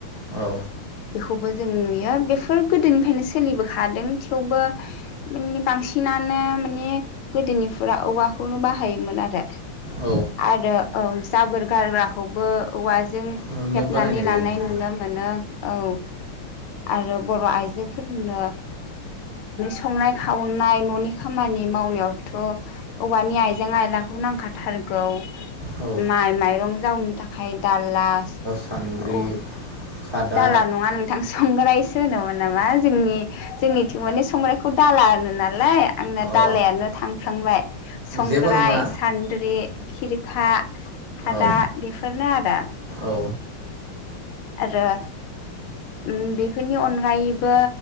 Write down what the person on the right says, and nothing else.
औ
औ
नोंनो
बानायनाय
जायो औ
औ
सान्द्रि खादा
अ
जेबो नङा
औ
औ